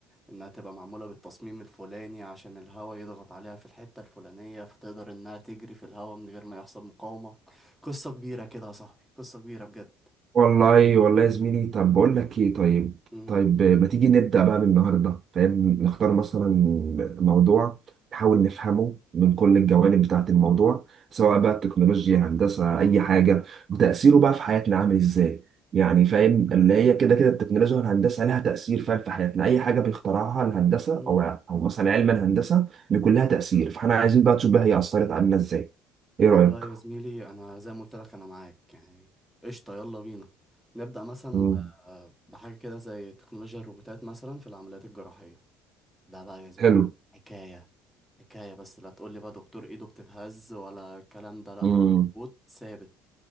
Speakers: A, in the centre; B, on the right (about 45°).
A: انها تبقى معمولة بالتصميم الفلاني عشان الهواء يضغط عليها في الحتة الفلانية فتقدر انها تجري في الهواء من غير ما يحصل مقاومة قصة كبيرة كده يا صاحبي قصة كبيرة بجد
B: والله والله يا زميلي طب بقول لك ايه طيب
A: امم
B: طيب ما تيجي نبدأ بقى من النهارده فاهم نختار مثلا موضوع نحاول نفهمه من كل الجوانب بتاعة الموضوع سواء بقى التكنولوجيا هندسة أي حاجة وتأثيره بقى في حياتنا عامل ازاي يعني فاهم اللي هي كده كده التكنولوجيا والهندسة لها تأثير فاهم في حياتنا أي حاجة بيخترعها الهندسة
A: امم.
B: أو أو مثلا علم الهندسة بيكون لها تأثير فاحنا عايزين بقى تشوف بقى هي أثرت علينا ازاي إيه
A: والله
B: رأيك؟
A: يا زميلي انا زي ما قلت لك انا معاك يعني قشطه يلا بينا نبدا مثلا
B: مم.
A: ب- بحاجه كده زي تكنولوجيا الروبوتات مثلا في العمليات الجراحيه ده بقى يا زميلي
B: حلو
A: حكايه حكايه بس لا تقول لي بقى دكتور ايده بتتهز ولا الكلام ده لا
B: مم.
A: هو روبوت ثابت